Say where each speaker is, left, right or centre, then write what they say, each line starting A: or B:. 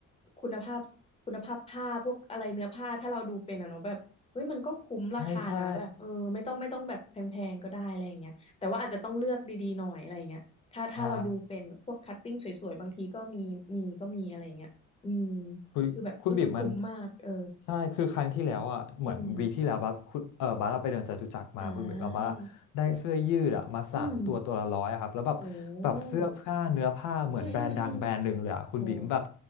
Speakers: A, on the left; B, on the left.
A: คุณภาพคุณภาพผ้าพวกอะไรเนื้อผ้าถ้าเราดูเป็นอะเนาะแบบเฮ้ยมันก็คุ้มราคานะแบบเออไม่ต้องไม่ต้องแบบแพงๆก็ได้อะไรอย่างเงี้ยแต่ว่าอาจจะต้องเลือกดีๆหน่อยอะไรอย่างเงี้ยถ้าถ้าเราดูเป็นพวกคัตติ้งสวยๆบางทีก็มีมีก็มีอะไรอย่างเงี้ยอืม
B: ใช่ใช่ใช่คุณคุณบิ่มมัน
A: คือแบบรู้สึกคุ้มมากเออ
B: ใช่คือครั้งที่แล้วอ่ะเหมือนวีคที่แล้วบัสคุณเออบัสเราไปเดินจตุจักรมาคุณบิ่มเราบัสอะได้เสื้อยืดอ่ะมาสามตัวตัวละร้อยอะครับแล้วแบบแบบเสื้อผ้าเนื้อผ้าเหมือนแบรนด์ดังแบรนด์หนึ่งเลยอะคุณบิ่มแบบ
A: อืมอ่าอืมโหอืมอืมอืม โอ้